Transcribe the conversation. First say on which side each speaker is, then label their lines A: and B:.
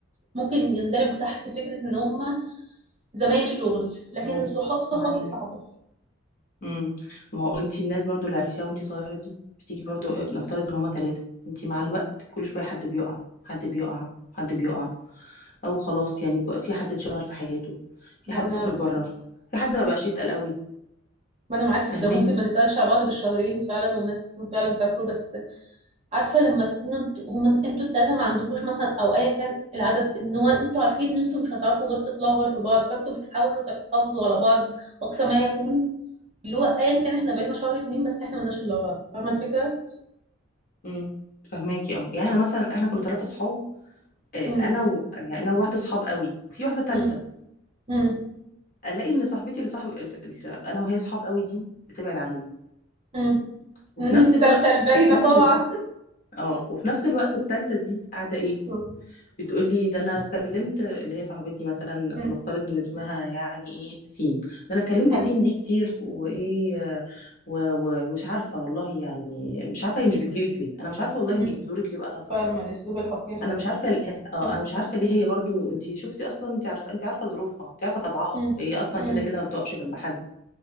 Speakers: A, on the right; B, on the left.
A: ممكن يندرجوا تحت فكره ان هم زمايل شغل لكن
B: عارف
A: صحاب صحاب
B: ما عارف
A: دي صعبه
B: مم. ما هو انت الناس برضو اللي عرفتيها وانت صغيرة دي بتيجي برضو نفترض ان هما تلاتة انت مع الوقت كل شوية حد بيقع حد بيقع حد بيقع او خلاص يعني كو- في حد اتشغل في حياته في
A: ما
B: حد
A: انا
B: سافر بره في حد ما بقاش يسأل قوي
A: ما انا معاكي
B: فاهماني
A: في ده ممكن ما نسالش على بعض بالشهرين فعلا وناس تكون فعلا سافروا بس عارفه لما تكونوا انتوا هم انتوا التلاته ما عندكوش مثلا او ايا كان العدد ان هو انتوا عارفين ان انتوا مش هتعرفوا غير تطلعوا غير ببعض فانتوا بتحاولوا تحافظوا على بعض اقصى ما يكون اللي هو ايا كان احنا بقينا شهر اتنين بس احنا ملناش الا بعض فاهمه الفكره؟
B: امم فاهماكي اه يعني انا مثلا احنا كنا ثلاثة صحاب آه،
A: امم
B: انا و... يعني انا وواحدة صحاب قوي وفي واحدة تالتة
A: امم امم
B: الاقي ان صاحبتي اللي صاحب ال- ال- انا وهي صحاب قوي دي بتبعد عني
A: امم
B: وفي
A: <laughs>
B: نفس الوقت
A: تالتة الباينه
B: التالتة
A: طبعا
B: دي اه وفي نفس الوقت التالتة دي قاعدة ايه
A: مم.
B: بتقول لي ده انا كلمت اللي هي صاحبتي مثلا
A: مم.
B: ونفترض ان اسمها يعني ايه سين ده انا كلمت
A: حلو
B: سين دي كتير وايه آه، و- ومش عارفة والله يعني مش عارفة هي مش بتجيلك ليه انا مش عارفة والله
A: مم.
B: هي مش بتزورك ليه بقالها فترة
A: فاهمه الاسلوب الحقير ده
B: انا مش عارفة ال- اه
A: مم.
B: انا مش عارفة ليه هي برضو انت شفتي اصلا انت عارفة انت عارفة ظروفها انت عارفة طبعها
A: مم.
B: هي اصلا
A: مم.
B: كده كده ما بتقفش جنب حد